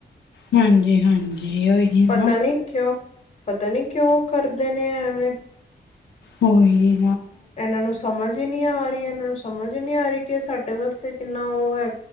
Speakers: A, on the left; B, on the left.
A: ਹਾਂਜੀ ਹਾਂਜੀ ਉਹੀ
B: ਪਤਾ
A: ਨਾ
B: ਨੀ ਕਿਉਂ, ਪਤਾ ਨਹੀਂ ਕਿਉਂ ਕਰਦੇ ਨੇ ਐਵੇਂ?
A: ਔਹੀ।
B: ਇਹਨਾਂ ਨੂੰ ਸਮਝ ਹੀ ਨਹੀਂ ਆ ਰਹੀ, ਇਹਨਾਂ ਨੂੰ ਸਮਝ ਹੀ ਨਹੀਂ ਆ ਰਹੀ ਕਿ ਸਾਡੇ ਵਾਸਤੇ ਕਿੰਨਾ ਉਹ ਹੈ।